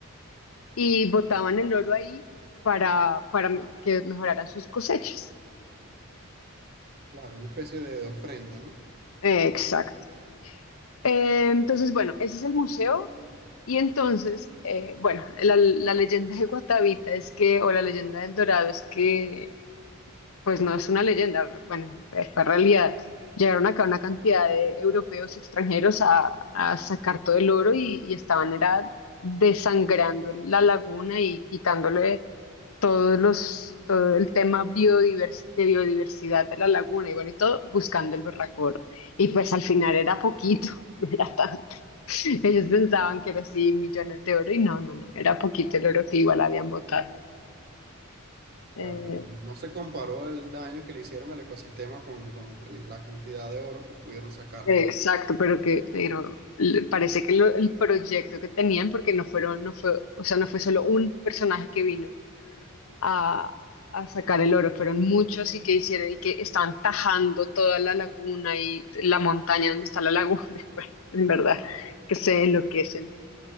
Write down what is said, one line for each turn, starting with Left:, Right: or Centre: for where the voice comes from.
Left: y botaban el oro ahí para, para que mejoraran sus cosechas.
Right: Claro, una especie de, de ofrenda, ¿no?
Left: Eh, exacto. Eh, entonces, bueno, ese es el museo. Y entonces, eh, bueno, la, la leyenda de Guatavita es que, o la leyenda del Dorado es que Pues no es una leyenda, bueno, eh, fue realidad. Llegaron acá una cantidad de europeos extranjeros a, a sacar todo el oro y, y estaban era desangrando la laguna y quitándole todos los, todo el tema biodivers- de biodiversidad de la laguna y bueno, y todo buscando el berraco oro. Y pues al final era poquito, <laughs> no era tanto. Ellos pensaban que era así millones de oro y no, no, no, era poquito el oro que igual habían botado. Eh,
Right: Claro, claro, no no se comparó el daño que le hicieron al ecosistema con, con el- la cantidad de oro que pudieron sacar,
Left: Exacto,
Right: ¿no?
Left: pero que, pero l- parece que lo- el proyecto que tenían, porque no fueron, no fue, o sea, no fue solo un personaje que vino a, a sacar el oro, fueron muchos y que hicieron y que estaban tajando toda la laguna y la montaña donde está la laguna, <laughs> bueno, en verdad, que se enloquecen.